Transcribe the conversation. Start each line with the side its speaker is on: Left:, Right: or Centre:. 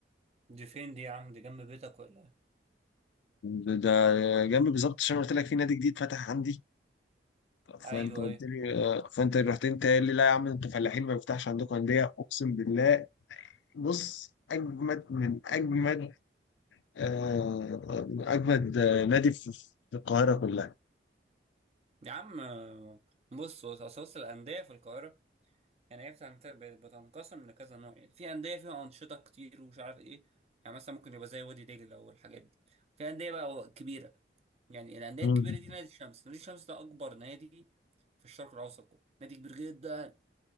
Right: دي فين دي يا عم دي جنب بيتك ولا إيه؟
Left: ده ده جنب بالظبط عشان قلت لك في نادي جديد فتح عندي فانت
Right: ايوه
Left: قلت
Right: ايوه
Left: لي آه، فانت رحت انت قال لي لا يا عم انتوا فلاحين ما بيفتحش عندكم انديه اقسم بالله بص اجمد من اجمد آه، اجمد آه، نادي في في القاهره كلها
Right: يا عم بص بص اصل الانديه في القاهره يعني هي بتنت- بتنقسم لكذا نوع يعني في انديه فيها انشطه كتير ومش عارف ايه يعني مثلا ممكن يبقى زي وادي دجله او الحاجات دي في انديه بقى كبيره يعني الانديه
Left: مم.
Right: الكبيره دي نادي الشمس نادي الشمس ده اكبر نادي في الشرق الاوسط كله نادي كبير جدا